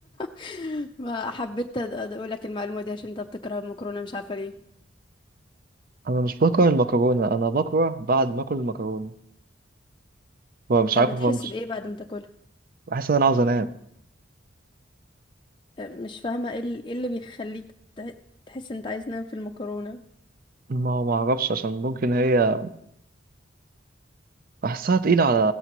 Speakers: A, on the left; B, on the right.
A: <laughs> ما حبيت اقول لك المعلومة دي عشان انت بتكره المكرونة مش عارفة ليه
B: أنا مش بكره المكرونة أنا بكره بعد ما آكل المكرونة فمش
A: أه،
B: عارف
A: بتحس
B: أفنكش
A: بإيه بعد ما تاكلها
B: بحس إن أنا عاوز أنام
A: أه، مش فاهمة ايه ال- إيه اللي بيخليك تح- تحس ان انت عايز تنام في المكرونة
B: ما ما أعرفش عشان ممكن هي بحسها تقيلة على